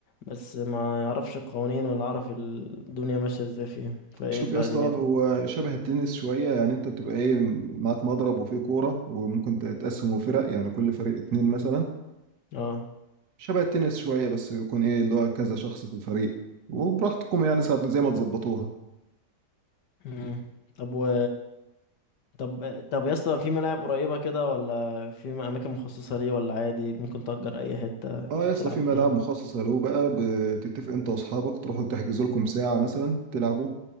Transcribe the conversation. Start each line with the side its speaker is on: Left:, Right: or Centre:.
Left: بس ما يعرفش القوانين ولا عارف الدنيا ماشيه ازاي فيه فايه
Right: شوف
Left: بقى
Right: يا اسطى
Left: دنيته
Right: هو شبه التنس شويه يعني انت بتبقى ايه معاك مضرب وفيه كوره وممكن تقسمه فرق يعني كل فريق اتنين مثلا
Left: اه
Right: شبه التنس شوية بس يكون ايه اللي هو كذا شخص في الفريق وبراحتكم يعني ساعة زي ما تظبطوها
Left: مم. طب و طب طب يا اسطى في ملاعب قريبه كده ولا في م- اماكن مخصصه ليه ولا عادي ممكن تأجر اي حته
Right: اه يا اسطى
Left: تلعب
Right: في
Left: فيها
Right: ملاعب مخصصة له بقى بتتفق انت واصحابك تروحوا تحجزوا لكم ساعة مثلا تلعبوا